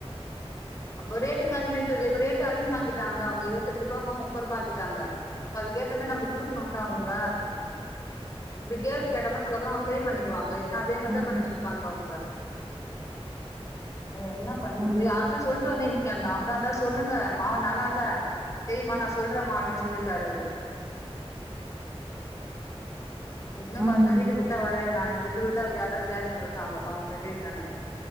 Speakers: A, on the left; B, on the right.
A: <unintelligible> ட்ட அதிகமாக்கிட்டாங்களா அவங்க இருபத்தஞ்சு ரூப முப்பது ரூபாய் ஆகிட்டாங்க அப்ப அதுக்கேத்த மாதிரி நம்ம குடுணும்ல அவங்க. இப்படி கேள்வி கேட்டா அதுக்கப்புறம் சரி பண்ணிக்குவாங்க து இல்னா அதே மாதிரிதா
B: ம்
A: பண்ணிட்ருப்பாங்க அவங்க ஏ என்ன பண்றது
B: ம்
A: <inaudible> <inaudible> அவங்கதான் இருந்தாவும் சொல்லுங்க மான் நல்லா இல்ல தெரியமா நான் சொல்றேன்மா அப்படின்னு சொல்லியிருக்காரு அவரு இன்னும்
B: ம்
A: பசங்க வீட்டுக்கு கூப்பிட்டா <unintelligible> ரெண்டு <inaudible> இருக்காங்க அவங்க ரெண்டு வீட்டான்ட